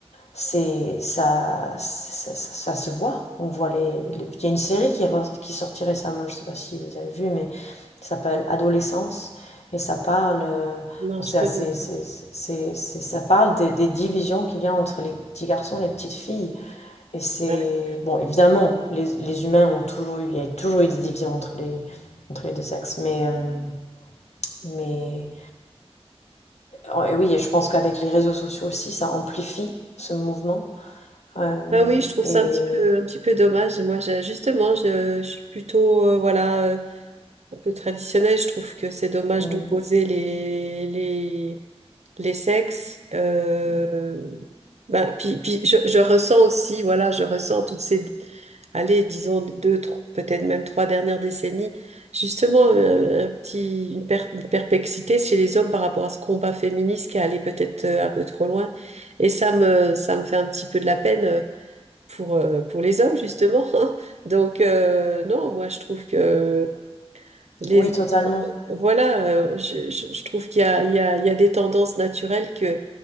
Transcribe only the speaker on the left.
c'est ça, ça, ça, ça se voit. On voit les, les- Il y a une série qui, re- qui sortit récemment, je ne sais pas si vous avez vu, mais ça s'appelle Adolescence et ça parle, euh,
bon, c'est
assez,
c'est, c'est, c'est- ça parle des, des divisions qu'il y a entre les petits garçons et les petites filles. Et c'est
bon, évidemment, les, les humains ont toujours eu, il y a toujours eu des divisions entre les entre les deux sexes, mais euh, mais oh, et oui, et je pense qu'avec les réseaux sociaux aussi, ça amplifie ce mouvement. Euh,
et
Oui,
oui.
Oui, totalement.